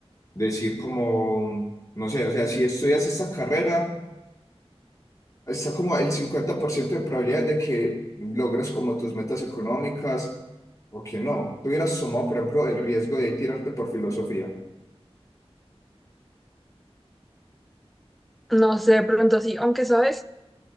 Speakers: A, on the left; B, in the centre.
A: decir como, no sé, o sea, si estudias esta carrera, está como el 50% de probabilidad de que logres como tus metas económicas o que no. Tú hubieras tomado, por ejemplo, el riesgo de tirarte por filosofía.
B: No sé, de pronto sí, aunque sabes,